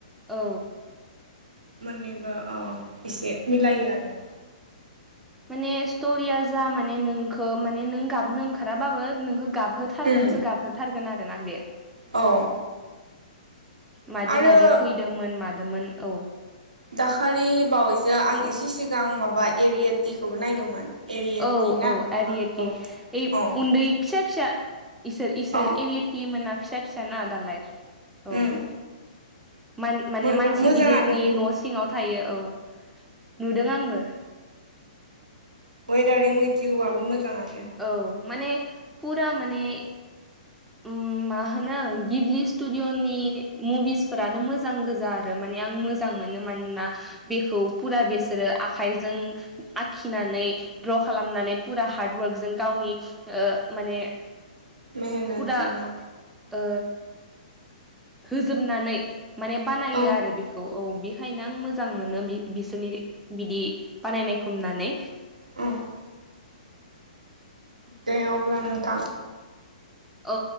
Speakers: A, in the centre; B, on the right (about 85°).
A: औ
B: मोननैबो ओ एसे मिलायोआनो
A: माने स्ट'रिया जा माने नोंखौ माने नों गाबनो ओंखाराबाबो नोंखौ गाबहो थारगोनसो
B: उम
A: गाबहोथारगोन आरो ना बे
B: औ
A: मादि
B: आरो
A: मादि थैदोमोन मादोंमोन औ
B: दाखालि बावैसो आं एसे सिगां माबा एरिएटिखौबो नायदोंमोन। एरियेटि
A: औ
B: ना
A: औ
B: माबा
A: ऐरिएटि
B: औ
A: ओइ
B: औ
A: उन्दै फिसा फिसा इसोर इसोर
B: औ
A: एरिटि मोना फिसा फिसा ना दालाय। औ
B: उम
A: मान माने
B: मोजां
A: मानसि
B: मोजाङानो
A: गिदिरनि
B: बेबो
A: न' सिङाव थायो औ नुदों आंबो।
B: वेदार ए वेटिवाबो मोजाङानो।
A: औ माने पुरा माने उम मा होनो गिबलि स्टुदिअ'नि मुभिस फोरानो मोजां गोजा आरो माने आं मोज जां मोनो मानोना बेखौ पुरा बिसोरो आखाइजों आग खिनानै दड्र खालामनानै फुरा हार्डवार्कजों गावनि ओ माने
B: मेहेनतजों
A: पुरा ओ होजोबनानै माने बानायो
B: औ
A: आरो बेखो औ औ बेखायनो आं मोजां मोनो बि बिसोरनि बिदि बानायनायखौ नुनानै।
B: औ दे अब्ला नोंथां।
A: औ